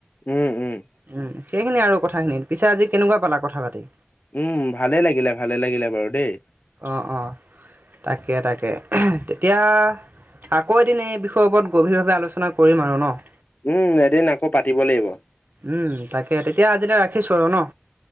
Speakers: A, on the left; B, on the right.
A: উম -উম
B: উম সেইখিনি আৰু কথাখিনিত পিছে আজি কেনেকুৱা পালা কথা পাতি?
A: উম, ভালে লাগিলে -ভালে লাগিলে বাৰু দেই।
B: অহ -অহ, তাকে- তাকে তেতিয়া আকৌ এদিন এই বিষয়ৰ ওপৰত গভীৰভাৱে আলোচনা কৰিম আৰু ন',?
A: উম, এদিন আকৌ পাতিব লাগিব।
B: উম, তাকে তেতিয়া আজিলৈ ৰাখিছো আৰু ন'